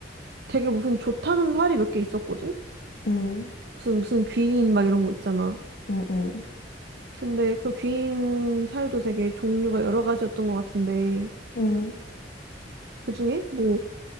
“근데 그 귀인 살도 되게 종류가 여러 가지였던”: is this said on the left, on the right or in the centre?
Right